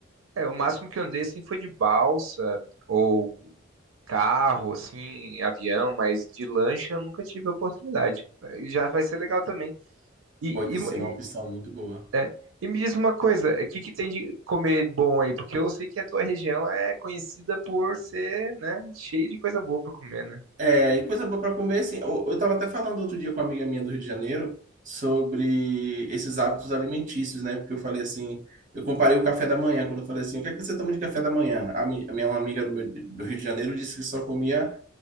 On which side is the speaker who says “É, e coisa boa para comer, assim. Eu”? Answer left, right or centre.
Right